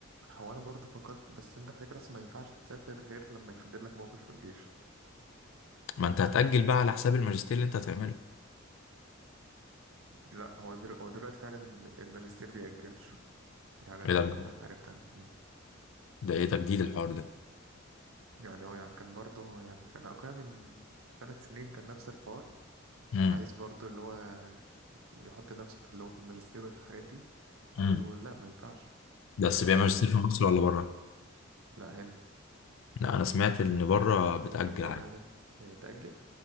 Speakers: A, on the right; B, on the left.
A: هو انا برضه فكرت بس انت فاكر بس ما ينفعش تسافر غير لما يتحدد لك موقف في الجيش
B: ما انت هتأجل بقى على حساب الماجستير اللي انت هتعمله
A: لا هو دلوقتي, هو دلوقتي فعلا الماجستير بيأجلش ده حاجة انا
B: ايه ده بجد؟
A: عرفتها مم.
B: ده ايه تجديد الحوار ده
A: يعني هو يعني كان برضه يعني كان اخويا من ثلاث سنين كان نفس الحوار
B: امم
A: كان عايز برضه اللي هو يحط نفسه في اللي هو في الماجستير والحاجات دي قالوا
B: امم
A: له لا ما ينفعش
B: بس
A: ت-
B: بيعمل
A: يعني
B: ماجستير في مصر ولا بره
A: لا هنا
B: لا انا سمعت ان بره بتأجل
A: ممكن بره
B: عادي
A: يعني تأجل